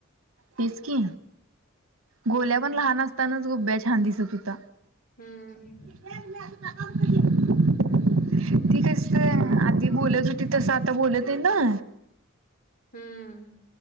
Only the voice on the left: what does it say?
हम्म
हम्म
हम्म